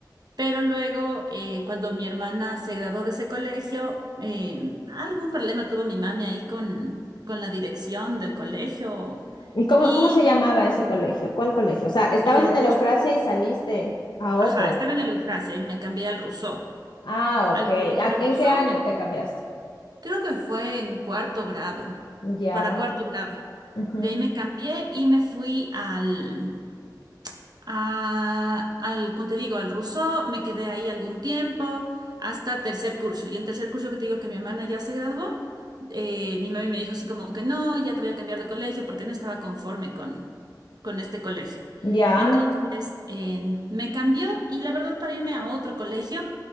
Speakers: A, on the right; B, on the left.
A: pero luego eh, cuando mi hermana se graduó de ese colegio, eh, algún problema tuvo mi mami ahí con, con la dirección del colegio
B: ¿Y cómo,
A: y...
B: cómo se llamaba ese colegio? ¿Cuál colegio? O sea, estabas
A: eh,
B: en la Eufrasia y saliste a otro.
A: Ajá, estaba en el Eufrasia y me cambié al Rousseau,
B: Ah,
A: al
B: ok.
A: colegio
B: ¿A-
A: del
B: ¿En
A: Rousseau.
B: qué año te cambiaste?
A: Creo que fue en cuarto grado,
B: Ya.
A: para cuarto grado.
B: Ujú.
A: De ahí me cambié y me fui al, a- al, como te digo, al Rousseau, me quedé ahí algún tiempo, hasta tercer curso. Y en tercer curso que te digo que mi hermana ya se graduó, eh, mi mami me dijo así como que no, ya te voy a cambiar de colegio porque no estaba conforme con, con este colegio.
B: Ya.
A: Entonces, eh, me cambió y la verdad para irme a otro colegio,